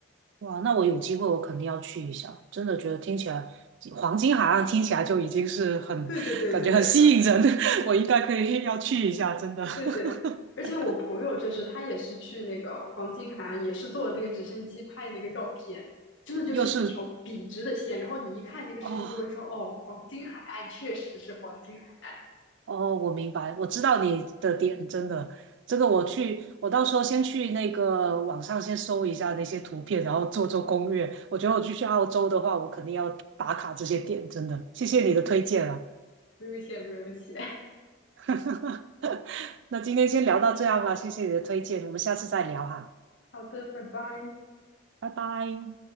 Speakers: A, on the right; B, on the left.
A: 哇，那我有机会我肯定要去一下，真的觉得听起来黄金海岸听起来就已经是很感觉很吸引人，
B: 对对对对对，
A: <laughs> 我应该可以要去一下，真的。<laughs>
B: 对对，而且我朋友就是他也是去那个黄金海岸，也是坐那个直升机拍那个照片，真的就是一条笔直的线，
A: 又是
B: 然后你一看那个视频就会说，
A: 啊、哦
B: 哦，黄金海岸确实是黄金海岸，
A: 哦，我明白，我知道你的点，真的，这个我去，我到时候先去那个网上先搜一下那些图片，然后做做攻略。我觉得我去去澳洲的话，我肯定要打卡这些点，真的，谢谢你的推荐啊。
B: 不用谢，不用谢。<laughs>
A: <laughs> 那今天先聊到这样啦，谢谢你的推荐，我们下次再聊哈，
B: 好的，拜拜。
A: 拜拜。